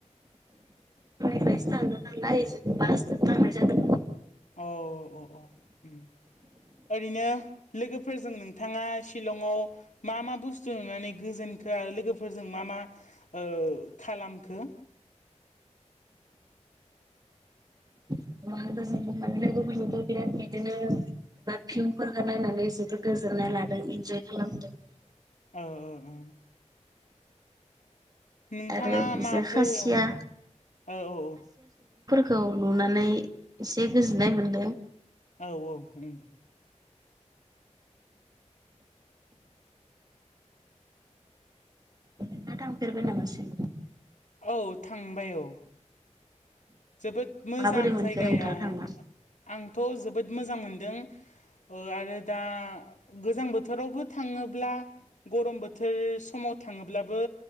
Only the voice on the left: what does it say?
औ औ औ उम ओरैनो लोगोफोरजों नोंथाङा शिलंआव मा मा बुस्थु नुनानै गोजोन खो लोगोफोरजों मा मा ओ खालामखो?
औ औ औ नोंथाङा
माफोर
ओ‌ औ औ औ
औ औ उम
औ थांबाय औ। जोबोद मोजां
जायगाया
आंथ' जोबोद मोजां मोनदों। ओ आरो दा गोजां बोथोरावबो थाङोब्ला गरम बोथोर समाव थाङोब्लाबो